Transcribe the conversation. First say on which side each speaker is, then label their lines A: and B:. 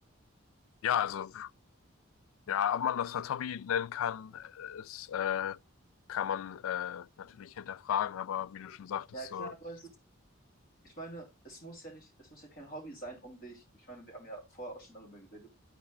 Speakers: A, on the left; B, on the left.
A: Ja, also, ja, ob man das als Hobby nennen kann, ist, äh, kann man äh, natürlich hinterfragen, aber wie du schon sagtest,
B: Ja, klar,
A: so,
B: weißt du, ich meine, es muss ja nicht, es muss ja kein Hobby sein, um dich, ich meine, wir haben ja vorher auch schon darüber geredet,